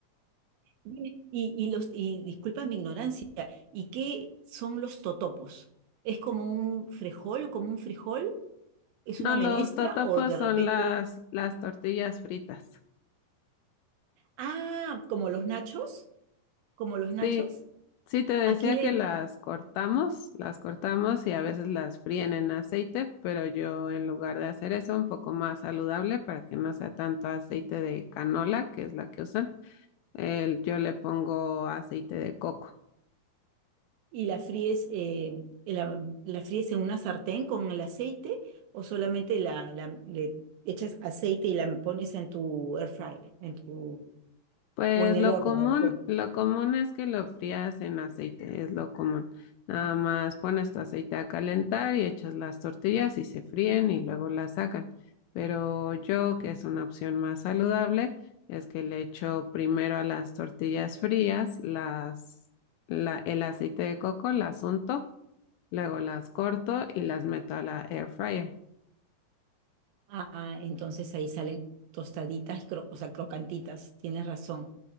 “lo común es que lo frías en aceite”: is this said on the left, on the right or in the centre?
Left